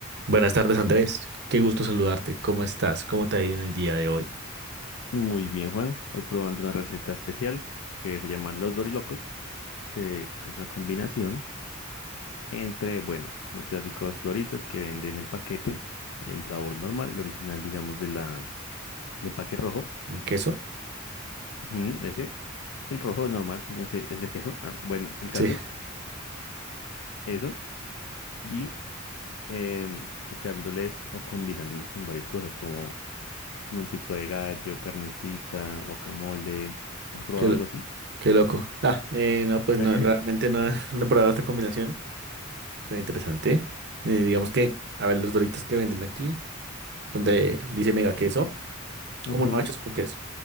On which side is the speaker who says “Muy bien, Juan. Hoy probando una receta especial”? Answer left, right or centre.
Left